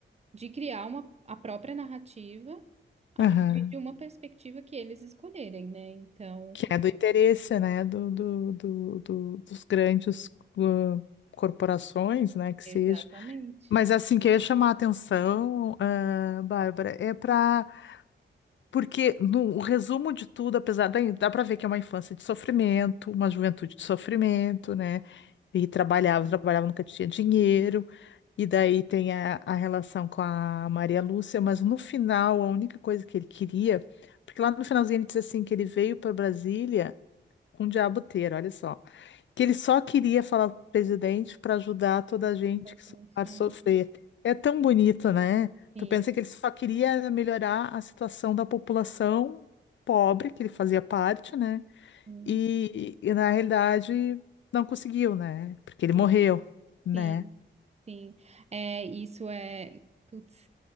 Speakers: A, on the right; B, on the left.
A: de criar uma, a própria narrativa a
B: Aham.
A: partir de uma perspectiva que eles escolherem, né? Então,
B: Que é do interesse, né, do, do, do, do- dos grandes ah, corporações, né, que
A: exatamente.
B: seja. Mas assim, que eu ia chamar a atenção, ah, Bárbara, é para... Porque no o resumo de tudo, apesar da... Dá para ver que é uma infância de sofrimento, uma juventude de sofrimento, né? E trabalhava, trabalhava, nunca tinha dinheiro. E daí tem a, a relação com a Maria Lúcia, mas no final, a única coisa que ele queria... Porque lá no finalzinho ele diz assim, que ele veio para Brasília com diaboteira, olha só. Que ele só queria falar pro presidente para ajudar toda a gente
A: Exatamente.
B: que a
A: Aham.
B: sofrer. É tão bonito, né?
A: Sim,
B: Tu pensa que ele só queria melhorar a situação da população pobre, que ele fazia parte, né?
A: sim,
B: E, e na realidade não conseguiu, né? Porque ele morreu,
A: sim,
B: né?
A: sim. sim. É, isso é. putz,